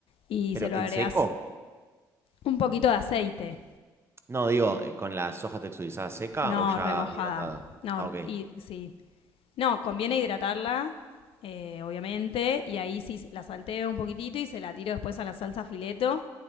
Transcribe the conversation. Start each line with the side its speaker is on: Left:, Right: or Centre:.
Left: y
Right: ¿Pero
Left: se lo
Right: en
Left: agregas
Right: seco?
Left: un poquito de aceite.
Right: No, digo, eh, ¿con la soja texturizada seca
Left: No
Right: o ya
Left: remojada.
Right: hidratada?
Left: No,
Right: Ah, ok,
Left: y sí. No, conviene hidratarla, eh, obviamente, y ahí sí la salteo un poquitito y se la tiro después a la salsa fileto.